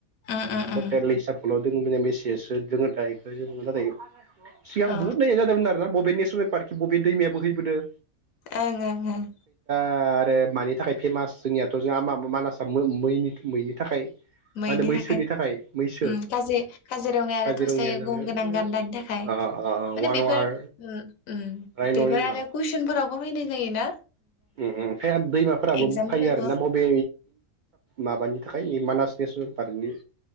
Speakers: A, on the left; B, on the right.
A: उम उम
B: टटेल हिसाबखौल' द बे मसेसो दोङो दा बेखौ जों सिगां
A: अ
B: बुहुत नाय जादोंमोन आरोना बबे नेसनेल पार्कखि बबे दैमाया हैबोदों
A: एं-एं-एं
B: आरो मानि थाखाय फेमास जोंनियाथ' जोंहा मानासआ मा-मा मै -मैनि थाखाय मा
A: मैनि
B: होनो मैसोनि
A: आखाय
B: थाखाय मैसो
A: उम काजि -काजिरङाया आरो
B: काजिरङाया
A: थसे
B: जाबाय
A: गं गोनां गान्दानि थाखाय
B: अ
A: माने
B: वान
A: बेफोर
B: वाहार
A: ओ उम
B: रायन'नि
A: बेफोर आरो कुइसनफोरावबो फैनाय जायो ना
B: उम-उम फाय दैमाफोराबो
A: एगजामफोरावबो
B: फैयो आरोना बबे माबानि थाखाय मानास नेसनेल पार्कनि